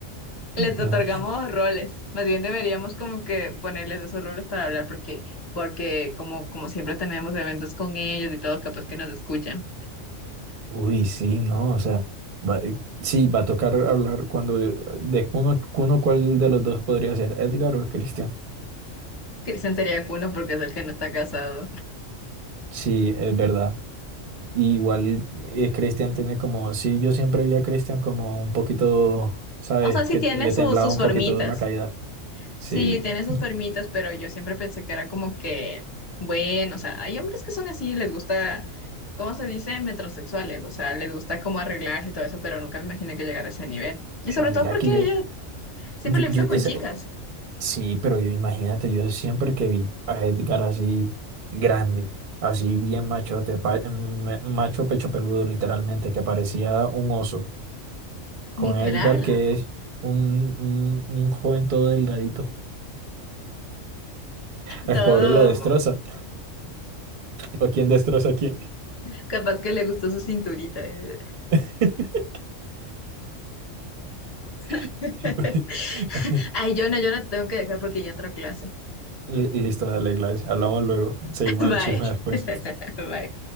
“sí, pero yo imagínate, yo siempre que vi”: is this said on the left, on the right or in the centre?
Right